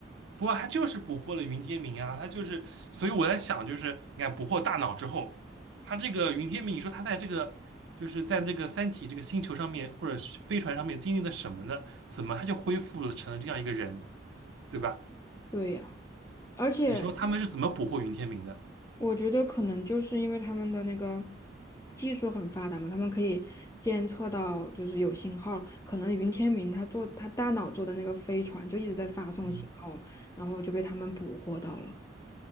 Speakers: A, on the right (about 75°); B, on the left (about 15°).
A: 不过他就是捕获了云天明啊，他就是，所以我在想，就是你看捕获大脑之后，他这个云天明，你说他在这个就是在这个三体这个星球上面或者是飞船上面经历了什么呢？怎么他就恢复了成了这样一个人，对吧？
B: <laughs> 对呀、而且
A: 你说他们是怎么捕获云天明的？
B: 我觉得可能就是因为他们的那个技术很发达嘛，他们可以监测到就是有信号。可能云天明他做他大脑做的那个飞船就一直在发送信号，
A: 嗯，
B: 然后就被他们捕获到了。